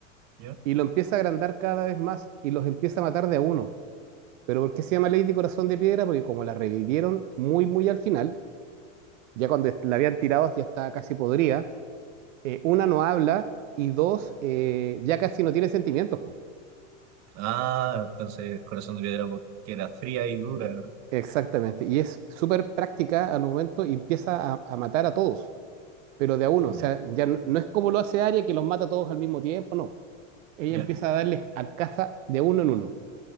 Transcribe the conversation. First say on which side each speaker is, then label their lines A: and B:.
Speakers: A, on the right; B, on the right.
A: ¿Ya?
B: y lo empieza a agrandar cada vez más y los empieza a matar de a uno. Pero ¿por qué se llama Lady Corazón de Piedra? Porque como la revivieron muy, muy al final, ya cuando la habían tirado ya estaba casi podrida, eh, una no habla y dos, eh, ya casi no tiene sentimientos. po.
A: Ah, entonces Corazón de Piedra porque era fría y dura.
B: Exactamente. Y es súper práctica al momento y empieza a, a matar a todos, pero de a uno. O sea,
A: Ya,
B: ya no, no es como lo hace Arya que los mata a todos al mismo tiempo, no. Ella
A: ya.
B: empieza a darles a casa de uno en uno.